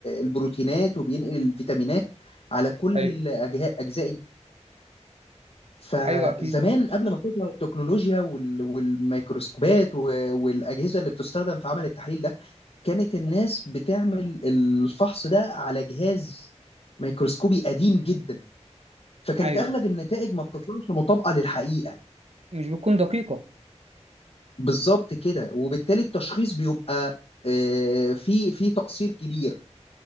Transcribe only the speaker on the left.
البروتينات وبينقل الفيتامينات على كل
أجه- اجزاء فزمان
قبل ما تظهر التكنولوجيا وال- والميكروسكوبات و- والأجهزة اللي بتستخدم في عمل التحليل ده كانت الناس بتعمل الفحص ده على جهاز ميكروسكوبي قديم جدا فكانت
أغلب النتائج ما بتطلعش مطابقة للحقيقة
بالظبط كده وبالتالي التشخيص بيبقى آه، في في تقصير كبير